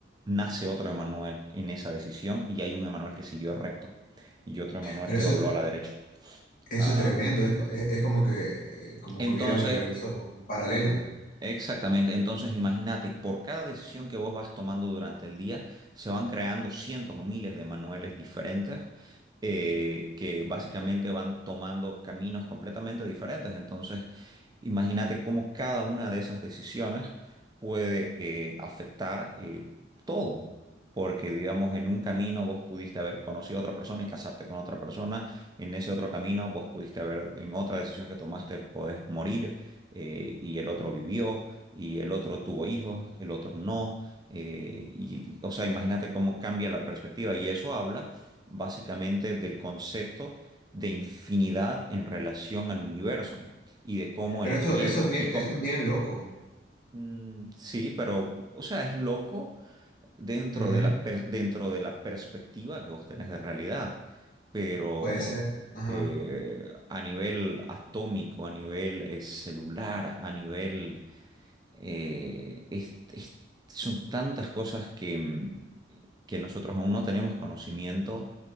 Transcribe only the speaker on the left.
Pero
eso
es,
eso
es tremendo, es, co- es- es como que, como
que hubiera un universo paralelo.
Pero
eso,
eso es bien,
eso es bien loco.
Ujú,
Puede ser. Ajá.